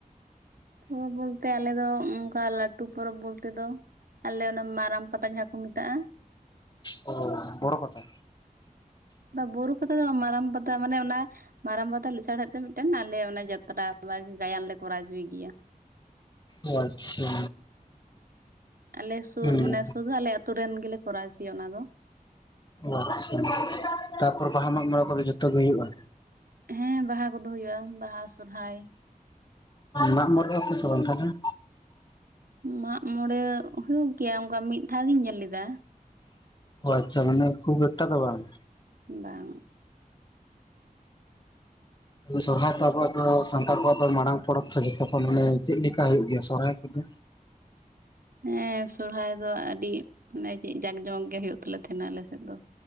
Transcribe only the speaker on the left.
ᱚ ᱵᱚᱲᱳ ᱯᱟᱛᱟ᱾
ᱚ ᱟᱪᱪᱷᱟ᱾
ᱦᱩᱸ
ᱚ ᱟᱪᱪᱷᱟ, ᱛᱟᱯᱚᱨ ᱵᱟᱦᱟ ᱢᱟᱜ ᱢᱚᱬᱮ ᱠᱚᱫᱚ ᱡᱚᱛᱚ ᱜᱮ ᱦᱩᱭᱩᱜᱼᱟ?
ᱢᱟᱜᱢᱚᱬᱮ ᱟᱯᱮ ᱥᱮ ᱵᱟᱝ ᱛᱟᱦᱚᱞᱮ?
ᱟᱪᱷᱟ ᱢᱟᱱᱮ ᱠᱷᱩᱵ ᱮᱠᱴᱟ ᱫᱚ ᱵᱟᱝ?
ᱩᱸ <inaudible> ᱥᱚᱦᱨᱟᱭ ᱫᱚ ᱟᱵᱚᱣᱟᱜ ᱫᱚ ᱥᱟᱱᱛᱟᱲ ᱠᱚᱣᱟᱜ ᱫᱚ ᱢᱟᱲᱟᱝ ᱯᱚᱨᱚᱵᱽ, ᱛᱚ ᱡᱚᱛᱚᱠᱷᱚᱱ ᱢᱟᱱᱮ ᱪᱮᱫᱞᱮᱠᱟ ᱦᱩᱭᱩᱜ ᱜᱮᱭᱟ ᱥᱚᱨᱦᱟᱭ ᱠᱚᱫᱚ?